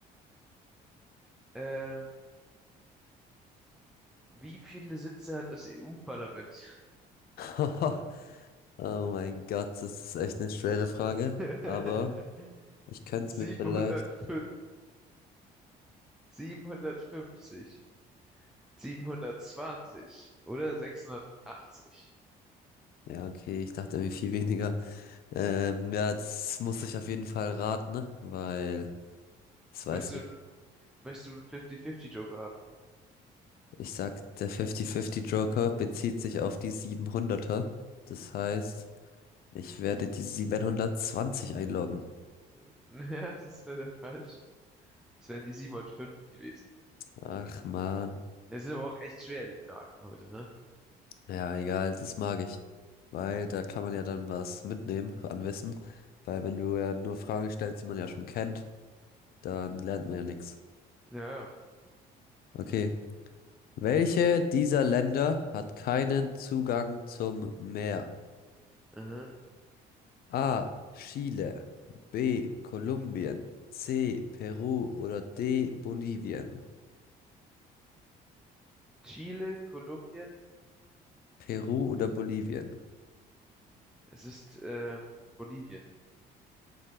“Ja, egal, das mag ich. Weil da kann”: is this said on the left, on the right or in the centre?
Left